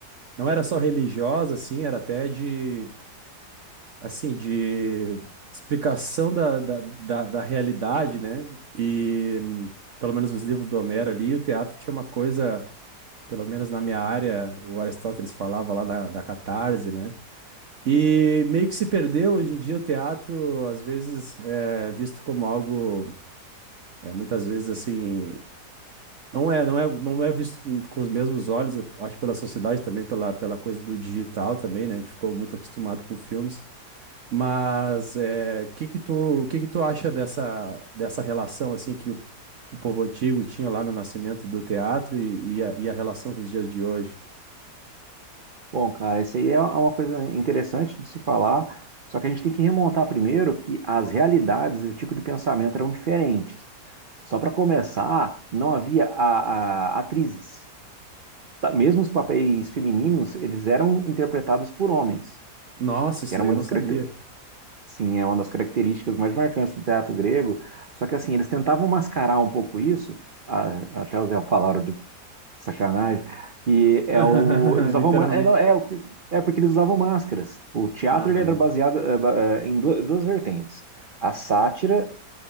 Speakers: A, on the right; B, on the right.
A: Não era só religiosa, assim, era até de assim, de explicação da, da, da, da realidade, né? E hum, pelo menos os livros do Homero ali, o teatro tinha uma coisa, pelo menos na minha área, o Aristóteles falava lá da, da catarse, né? E meio que se perdeu hoje em dia o teatro, às vezes é visto como algo, é, muitas vezes assim, não é, não é, não é visto com os mesmos olhos, eu acho pela sociedade também, pela, pela coisa do digital também, né? A gente ficou muito acostumado com filmes. Mas é, o que que tu, o que que tu acha dessa, dessa relação assim que o, o povo antigo tinha lá no nascimento do teatro e, e a, e a relação com os dias de hoje?
B: Bom, cara, isso aí é uma coisa interessante de se falar, só que a gente tem que remontar primeiro que as realidades e o tipo de pensamento eram diferentes. Só para começar, não havia a, a- atrizes. Tá, Mesmo os papéis femininos, eles eram interpretados por homens,
A: Nossa, isso
B: que era
A: daí
B: uma
A: eu
B: das
A: não sabia.
B: caracter- Sim, é uma das características mais marcantes do teatro grego. Só que assim, eles tentavam mascarar um pouco isso, a- até usei a palavra de Sacanagem. E é
A: <laughs>
B: o. Eles usavam.
A: Literalmente.
B: ma- É, não, é, o- é porque eles usavam máscaras. O teatro
A: Aham,
B: ele era baseado eh, ba- eh, em du- duas vertentes: a sátira,